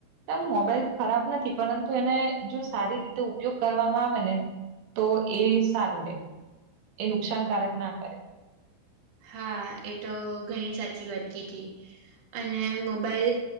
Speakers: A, on the right; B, on the right.
A: તેમ મોબાઈલ ખરાબ નથી, પરંતુ એને જો સારી રીતે ઉપયોગ કરવામાં આવેને તો એ સારું રે. એ નુકસાનકારક ના કરે.
B: હા, એતો ઘણી સાચી વાત કીધી અને મોબાઈલ